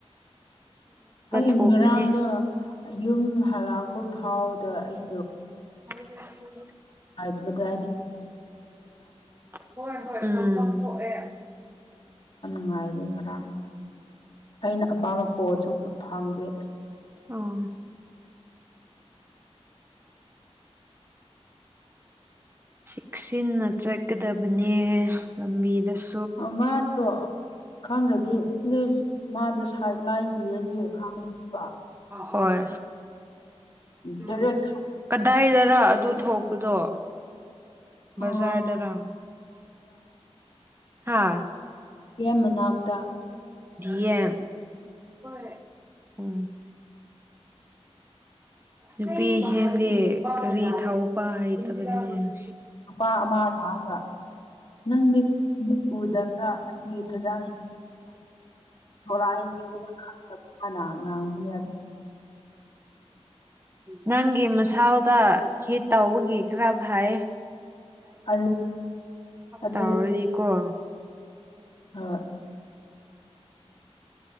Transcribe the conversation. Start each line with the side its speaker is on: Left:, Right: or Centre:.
Left: ꯑꯩ
Right: ꯊꯣꯛꯀꯅꯤ
Left: ꯉꯔꯥꯡꯗ ꯌꯨꯝ ꯍꯜꯂꯛꯄ ꯐꯥꯎꯗ ꯑꯩꯗꯣ
Right: ꯍ <unintelligible>
Left: ꯑꯗꯨꯗ
Right: ꯍꯣꯏ ꯍꯣꯏꯄꯥꯡ ꯑꯦ
Left: ꯉꯥꯏꯔꯣꯏꯅ ꯑꯩꯅ ꯑꯄꯥꯝꯕ ꯄꯣꯠꯁꯨ ꯐꯪꯗꯦ
Right: ꯑꯥ ꯆꯦꯛꯁꯤꯟꯅ ꯆꯠꯀꯗꯕꯅꯦ ꯂꯝꯕꯤꯗꯁꯨ
Left: ꯃꯥꯗꯣ ꯈꯪꯈ꯭ꯔꯗꯤ ꯃꯥꯗꯨ ꯁꯥꯏꯠ ꯂꯥꯏꯟ ꯄꯤꯔꯗꯤ ꯈꯥꯡꯒꯅꯤꯕ
Right: ꯍꯣꯏ ꯎꯝ
Left: ꯗꯥꯏꯔꯦꯛ
Right: ꯀꯗꯥꯏꯗꯔ ꯑꯗꯨ ꯊꯣꯛꯄꯗꯣ
Left: ꯊꯥꯎꯗ
Right: ꯕꯖꯥꯔ ꯗꯔꯥ ꯍꯥꯥ
Left: ꯌꯥ ꯃꯅꯥꯕꯗ
Right: ꯌꯦ ꯍꯣꯏ ꯍꯣꯏ ꯎ ꯅꯨꯄꯤ ꯍꯦꯟ ꯀꯔꯤ ꯊꯧꯕ ꯍꯥꯏꯇꯕꯅꯦ
Left: ꯅꯨꯄꯥ ꯑꯃ ꯂꯥꯛꯑꯒ ꯅꯪ ꯃꯤꯠ ꯃꯤꯠ ꯎꯗꯕ꯭ꯔꯥ ꯐꯖꯅ ꯊꯣꯔꯛꯏꯅꯤꯅ ꯈꯪꯗꯕꯅ ꯉꯥꯡꯕꯅꯦ
Right: ꯅꯪꯒꯤ ꯃꯁꯥꯎꯗ ꯍꯤꯠ ꯇꯥꯎꯕꯒꯤ ꯈꯔ ꯐꯥꯏ
Left: ꯑ ꯑꯗꯨ
Right: ꯇꯧꯔꯗꯤꯀꯣ
Left: ꯍ